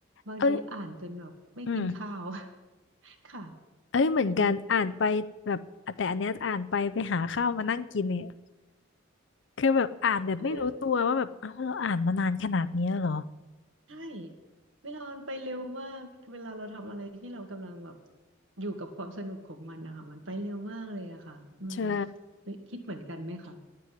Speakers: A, on the right; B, on the left.
A: บางทีอ่านจนแบบไม่กินข้าว
B: เอ้ยอืม
A: <laughs> ค่ะ
B: เอ้ยเหมือนกันอ่านไปแบบแต่อันเนี้ยอ่านไปไปหาข้าวมานั่งกินเนี่ย
A: อืม
B: คือแบบอ่านแบบไม่รู้ตัวว่าแบบเอ้าเราอ่านมานานขนาดนี้แล้วเหรอ
A: เออใช่เวลามันไปเร็วมากเวลาเราทำอะไรที่เรากำลังแบบอยู่กับความสนุกของมันนะคะมันไปเร็วมากเลยอะค่ะอืม
B: ใช่
A: คิดเหมือนกันไหมคะ